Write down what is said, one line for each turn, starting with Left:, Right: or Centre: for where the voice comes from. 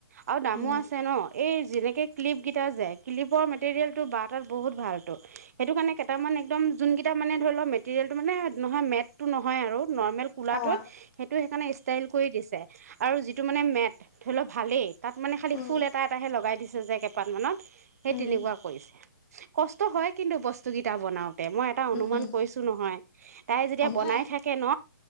Right: আৰু দামো
Left: উম,
Right: আছে ন এই যেনেকে ক্লিপ কেইটা যে ক্লিপৰ মেটেৰিয়েলটো বাৰ তাত বহুত ভালতো। সেইটো কাৰণে কেইটামান একদম যোনকেইটা মানে ধৰি লওক মেটেৰিয়েলটো মানে নহয় মেটটো নহয় আৰু। নৰ্মেল কুলাটোৱে
Left: অ',
Right: সেইটো সেইকাৰণে ইষ্টাইল কৰি দিছে, আৰু যিটো মানে মেট ধৰি লওক ভালেই তাত মানে খালি
Left: উম,
Right: ফুল এটা এটাহে লগাই দিছে। যে কেইটাত মানত সেই
Left: উম,
Right: তেনেকুৱা কৰিছে কষ্ট হয়। কিন্তু বস্তুকেইটা বনাওক, মই এটা অনুমান
Left: উম,
Right: কৰিছো নহয় তাই যেতিয়া
Left: হ'বই
Right: বনাই থাকে ন